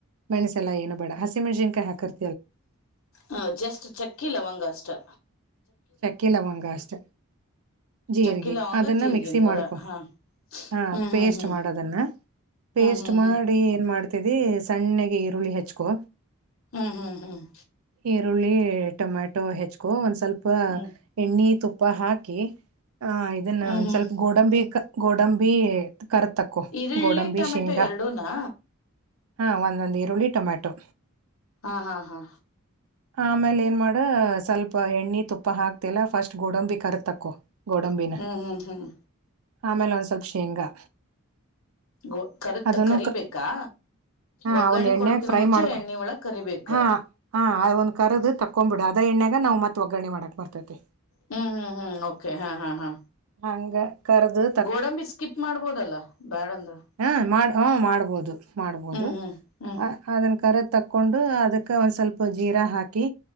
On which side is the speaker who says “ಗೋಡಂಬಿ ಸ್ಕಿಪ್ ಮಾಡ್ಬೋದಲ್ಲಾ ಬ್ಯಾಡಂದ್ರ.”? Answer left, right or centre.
Left